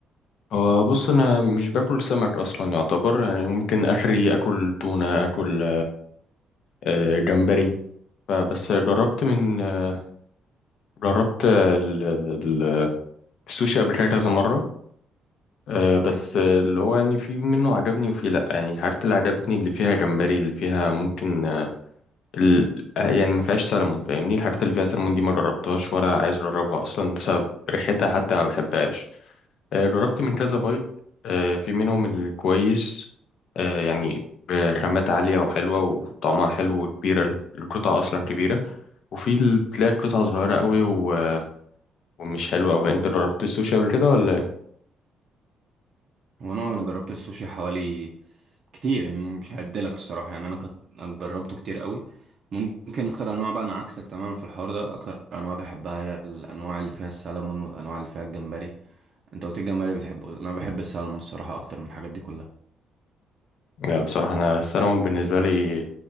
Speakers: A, on the left; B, on the right.
A: هو بص انا مش باكل سمك اصلا يعتبر يعني ممكن اخري اكل تونه اكل آه، جمبري فبس جربت من آه، جربت آه، ال- ال- السوشي قبل كده كذا مره آه، بس آه، اللي هو يعني في منه عجبني وفي لا يعني الحاجات اللي عجبتني اللي فيها جمبري اللي فيها ممكن ال... يعني ما فيهاش سلمون فاهمني الحاجات اللي فيها سلمون دي ما جربتهاش ولا عايز اجربها اصلا بسبب ريحتها حتى ما بحبهاش آه، جربت من كذا بايت آه، في منهم الكويس آه، يعني بخامات عالية وحلوة وطعمها حلو وكبيرة القطعة أصلا كبيرة وفي اللي بتلاقي القطعة صغيرة قوي و... ومش حلوة أوي أنت جربت السوشي قبل كده ولا
B: وانا انا جربت السوشي حوالي كتير يعني مش هعدلك الصراحه يعني انا كت... جربته كتير قوي ممكن اكتر انواع بقى انا عكسك تماما في الحوار ده اكتر انواع بحبها هي الانواع اللي فيها السلمون والانواع اللي فيها الجمبري انت قلت الجمبري بتحبه انا بحب السلمون الصراحه اكتر من الحاجات دي كلها
A: لا بصراحة أنا السلمون بالنسبة لي